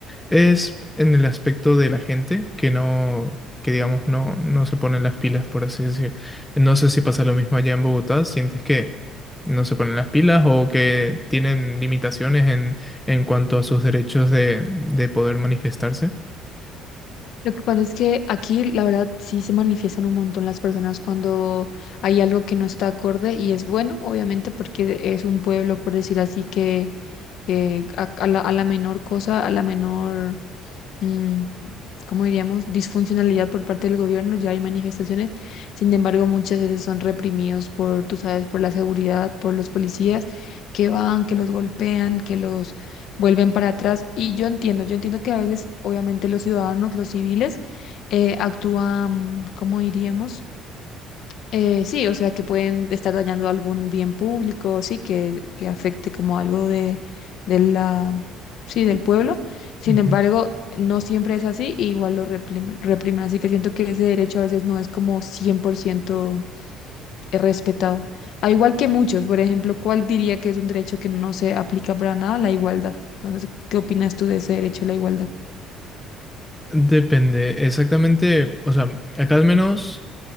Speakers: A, in the centre; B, on the left.
A: es en el aspecto de la gente que no, que digamos, no, no se ponen las pilas, por así decir. No sé si pasa lo mismo allá en Bogotá, sientes que no se ponen las pilas o que tienen limitaciones en, en cuanto a sus derechos de, de poder manifestarse.
B: Lo que pasa es que aquí, la verdad, sí se manifiestan un montón las personas cuando hay algo que no está acorde y es bueno, obviamente, porque es un pueblo, por decir así, que eh, a, a la, a la menor cosa, a la menor, mm, como diríamos, disfuncionalidad por parte del gobierno, ya hay manifestaciones, sin embargo, muchas veces son reprimidos por, tú sabes, por la seguridad, por los policías que van, que los golpean, que los vuelven para atrás. Y yo entiendo, yo entiendo que a veces, obviamente, los ciudadanos, los civiles, eh, actúan, como diríamos? Eh, sí, o sea, que pueden estar dañando algún bien público, sí, que, que afecte como algo de, de la, sí, del pueblo. Sin
A: Ujú.
B: embargo, no siempre es así, y igual lo reprimen, reprimen. Así que siento que ese derecho a veces no es como 100% respetado. Al igual que muchos, por ejemplo, ¿cuál diría que es un derecho que no se aplica para nada? La igualdad. Entonces, ¿qué opinas tú de ese derecho a la igualdad?
A: Depende, exactamente, o sea, acá al menos